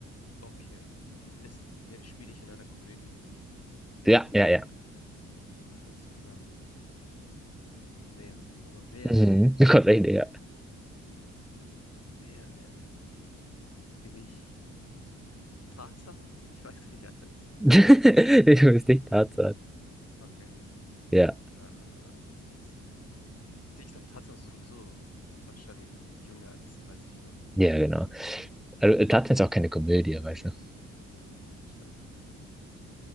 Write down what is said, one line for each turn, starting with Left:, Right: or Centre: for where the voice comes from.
Left: Okay. Ist, spiele ich in einer Komödie?
Centre: Ja, ja, ja.
Left: Alles klar. Ich komme näher. Aber wer,
Centre: Mhm. <laughs> Du kommst echt näher.
Left: wer, wer, wer? Bin ich Tarzan? Ich weiß gar nicht, wie alt er ist.
Centre: <laughs> Nee, Du bist nicht Tarzan.
Left: Okay.
Centre: Ja,
Left: Äh, äh, sonst gibt's. Ich glaube, Tarzan ist sowieso wahrscheinlich jünger als 30, oder?
Centre: ja, genau. Also äh, Tarzan ist auch keine Komödie, weißt du.
Left: Ja, stimmt.